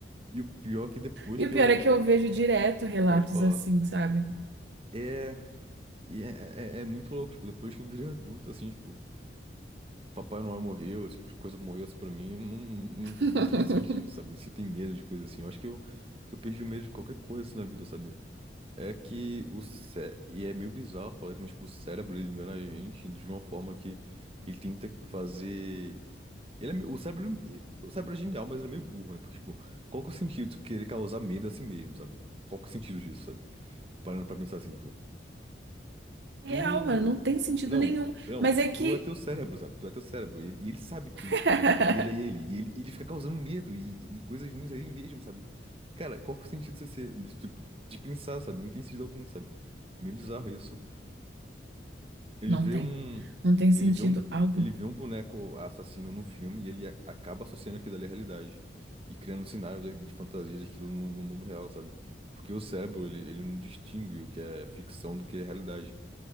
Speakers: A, on the right; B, on the right.
A: E o pior é que depois
B: E
A: que
B: o pior
A: eu.
B: é que eu vejo direto relatos
A: Pode falar.
B: assim, sabe?
A: É. e É, é, é muito louco, tipo, depois que eu virei adulto, assim, tipo. Papai Noel morreu, esse tipo, de coisa morreu assim pra mim, não,
B: <laughs>
A: não, não tem sentido, sabe? Você tem medo de coisa assim. Eu acho que eu, que eu perdi o medo de qualquer coisa assim na vida, sabe? É que o cé... E é meio bizarro falar isso, mas tipo, o cérebro, ele engana a gente de uma forma que ele tenta fazer... Ele é meio- O cérebro, ele- o cérebro é genial, mas ele é meio burro, né? Porque, tipo, qual que é o sentido de tu querer causar medo a si mesmo, sabe? Qual que é o sentido disso, sabe? Parando pra pensar assim, pô.
B: Real,
A: Tu.
B: mano, não tem sentido
A: Não,
B: nenhum.
A: não,
B: Mas é que
A: tu é teu cérebro, sabe? Tu é teu cérebro. E ele, e ele sabe que,
B: <laughs>
A: que ele é ele. E ele, ele fica causando medo e, e coisas ruins a ele mesmo, sabe? Cara, qual que é o sentido de ser, de, tipo, de pensar, sabe? Não tem sentido algum, sabe? É Meio bizarro isso. Ele
B: não
A: vê
B: tem.
A: um.
B: Não tem
A: Ele
B: sentido
A: vê um.
B: algum.
A: Ele vê um boneco assassino no filme e ele a- acaba associando aquilo ali à realidade. E criando um cenário de, de fantasia daquilo no, no mundo real, sabe? Porque o cérebro, ele, ele não distingue o que é ficção do que é realidade.